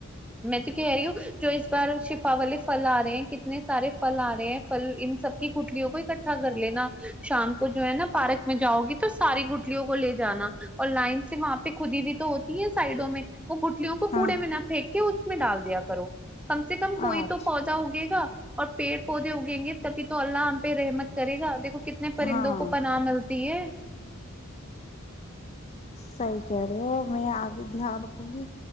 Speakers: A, in the centre; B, on the left.
A: میں تو کہہ رہی ہوں جو اس بار شفا والے پھل آ رہے ہیں کتنے سارے پھل آ رہے ہیں پھل ان سب کی گٹلیوں کو اکٹھا کر لینا شام کو جو ہے نا پارک میں جاؤ گی تو ساری گٹلیوں کو لے جانا اور لائن سے وہاں پہ خودی بھی تو ہوتی ہے سائڈوں میں وہ گ بٹلیوں کوڑے
B: ہاں
A: میں نہ پیکک اس میں ڈال دیا کرو کم سے کم کوئی
B: آج
A: تو پودا اگے گا اور پیڑ پودے اگیں گے تبھی تو اللہ ہم پہ رحمت کرے گا دیکو کتنا اپنے پرندوں
B: ہاں
A: کو پناہ ملتی ہے
B: صحیح کہہ رہے ہو میں آگے دھیان رکھوں گی